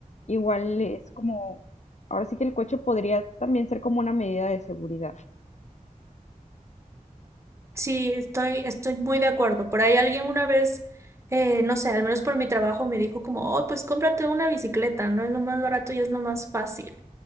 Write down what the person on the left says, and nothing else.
igual es como, ahora sí que el coche podría también ser como una medida de seguridad.